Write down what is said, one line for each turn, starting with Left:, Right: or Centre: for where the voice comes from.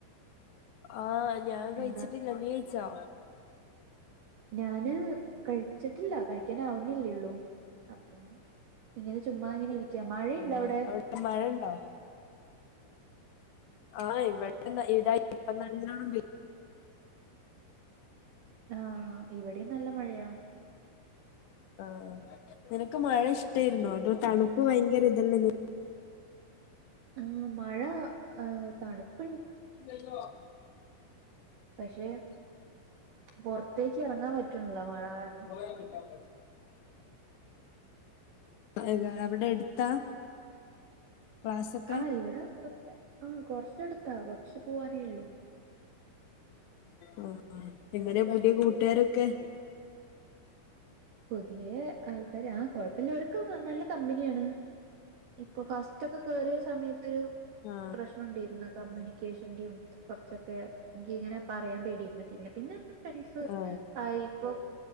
Left: ആഹ ഞാൻ കഴിച്ചികില്ല
Right: എന്താ
Left: നീ കഴിച്ചോ
Right: ഞാന് കഴിച്ചിട്ടില്ല കഴിക്കാനാവുന്നില്ലേള്ളൂ അപ്പം ഇങ്ങനെ ചുമ്മാ അങ്ങനെ ഇരിക്ക മഴയുണ്ട
Left: ആഹ്
Right: അവിടെ
Left: മഴ ഇണ്ടോ ആഹ് ഇവിടെ ഇത ഇപ്പ നല്ലോണം പെ
Right: ആഹ് ഇവിടെയും നല്ല മഴയാ
Left: ആഹ നിനക്ക് മഴ ഇഷ്ടായിരുന്നു അത തണുപ്പ് ഭയങ്കര ഇതല്ലത്
Right: ആ മഴ ആഹ തണുപ്പ്
Left: ല്ല <unintelligible>
Right: പക്ഷേ പുറത്തേക്ക് ഇറങ്ങാൻ പറ്റണ്ണി ല്ല മഴ കാരണം
Left: ആ <unintelligible> ആഹ അവിടെ എടുത്താ ക്ലാസ്സൊക്കെ
Right: ആഹ ഇവിടെ ആ കൊറച്ചെടുത്താ കുറച്ച് പോവാനേ ഉള്ളൂ
Left: ആ എങ്ങനെ പുതിയ കൂട്ടുകാരൊക്കെ
Right: പുതിയ ആൾക്കാര് ആ കൊഴപ്പില്ല അവർ നല്ല കമ്പനിയാണ് ഇപ്പൊ ഫസ്റ്റ്ൊക്കെ കേറിയ സമയത്തൊരു
Left: ആ
Right: പ്രശ്നംുണ്ടായിന്ന് കമ്മ്യൂണിക്കേഷന്റെയും കുറച്ചൊക്കെ എനി ഇങ്ങനെ പറയാൻ പേടിന്ന് പിന്നെ പിന്നെപ്പം ഫ്രണ്ട്സ്
Left: ആ
Right: ആയിപ്പോ